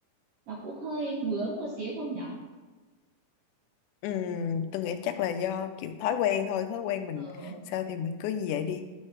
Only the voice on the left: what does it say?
Ừ, tôi nghĩ chắc là do kiểu thói quen thôi, thói quen mình
sao thì mình cứ như vậy đi.